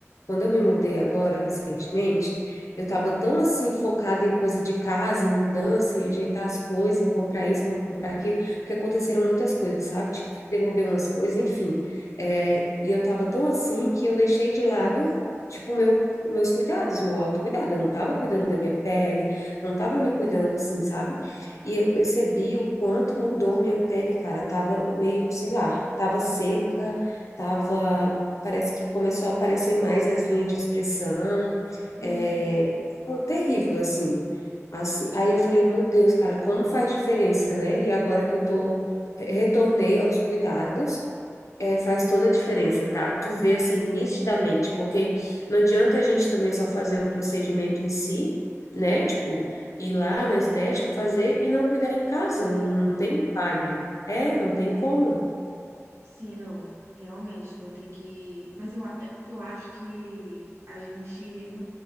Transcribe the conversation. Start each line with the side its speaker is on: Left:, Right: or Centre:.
Left: quando eu me mudei agora, recentemente, eu estava tão assim focada em coisa de casa, em mudança, em ajeitar as coisas, em comprar isso, comprar aquilo, que aconteceram muitas coisas, sabe? Tive que devolver umas coisas, enfim. É, e eu estava tão assim que eu deixei de lado, tipo, meu, meus cuidados, meu autocuidado. Eu não estava cuidando da minha pele, não estava me cuidando assim, sabe? E eu percebi o quanto mudou minha pele, cara. Tava meio, sei lá, tava seca, tava. Parece que começou a aparecer mais as linhas de expressão.
Right: Hum,
Left: É, foi terrível, assim. Assim, aí eu falei, meu Deus, cara, como faz diferença, né? E agora que eu tô, retornei aos cuidados, é, faz toda a diferença, tá? Tu vê assim nitidamente, porque não adianta a gente também só fazer o procedimento em si, né? Tipo, ir lá na estética fazer e não cuidar em casa.
Right: é,
Left: Não,
Right: então.
Left: não tem milagre.
Right: é-
Left: É, não tem como.
Right: sim, não. Realmente, né? Tem que. Mas eu, a- é porque eu acho que a gente.